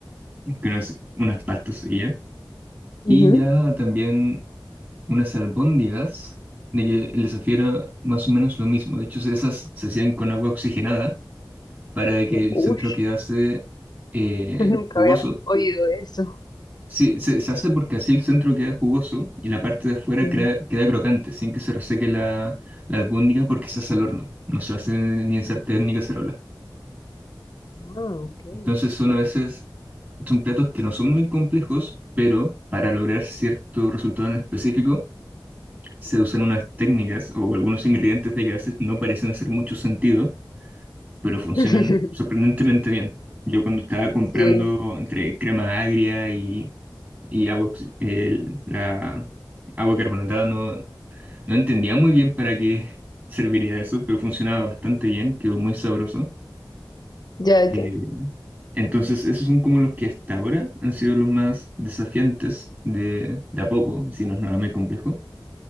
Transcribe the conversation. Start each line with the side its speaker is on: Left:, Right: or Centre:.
Right: que unas, unas pastas y ya.
Left: Ujú.
Right: Y ya también unas albóndigas de que les supiera más o menos lo mismo. De hecho, esas se hacían con agua oxigenada para que
Left: U-
Right: el
Left: Ush,
Right: centro quedase eh,
Left: <laughs> nunca
Right: jugoso.
Left: había oído eso.
Right: Sí, se, se hace porque así el centro queda jugoso y la parte de afuera
Left: Sí.
Right: crea- queda crocante, sin que se reseque la, la albóndiga porque se hace al horno. No se hace ni en sartén ni cacerola.
Left: Ah, ok.
Right: Entonces son
Left: Wow.
Right: a veces, son platos que no son muy complejos, pero para lograr cierto resultado en específico, se usan unas técnicas o algunos ingredientes de que a veces no parecen hacer mucho sentido, pero funcionan
Left: <laughs>
Right: sorprendentemente bien. Yo cuando estaba comprando
Left: Sí,
Right: entre crema agria y, y agua, oxi- el- la agua carbonatada, no, no entendía muy bien para qué <laughs> serviría eso, pero funcionaba bastante bien, quedó muy sabroso.
Left: ya, ya.
Right: Eh, entonces, esos son como los que hasta ahora han sido los más desafiantes de, de a poco, si no es nada muy complejo.